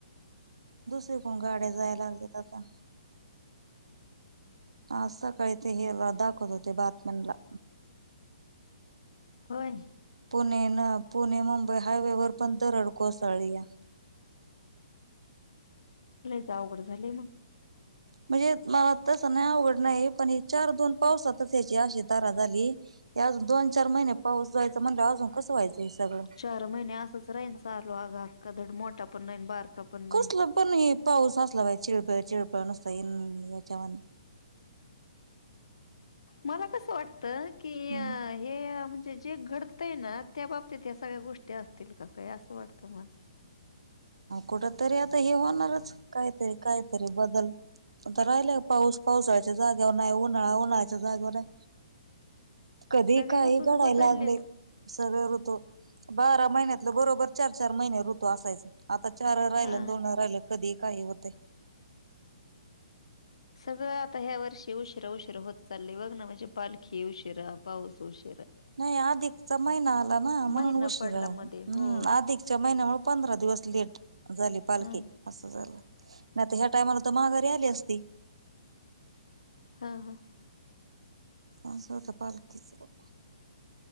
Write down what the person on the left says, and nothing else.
होय.
लइच अवघड झालंय मग.
चार महिने असंच राहीन चालू अगं अक्का धड मोठा पण नाही आणि बारका पण नाही.
मला कसं वाटत की,
हे म्हणजे जे घडतय ना. त्या बाबतीत या सगळ्या गोष्टी असतील का काय असं वाटतं मला.
सगळे
ऋतूच
बदललेत.
हा
सगळं आता ह्या वर्षी उशिरा-उशीरा होत, चालय बघ ना म्हणजे पालखी उशिरा पाऊस उशीरा.
महिना
पडला
मध्ये हो.
हा
हा हा